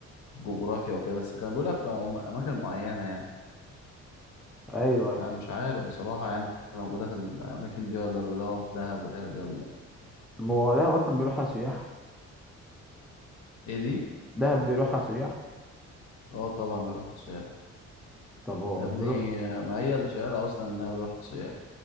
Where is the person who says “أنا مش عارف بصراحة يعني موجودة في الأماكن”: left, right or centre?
Left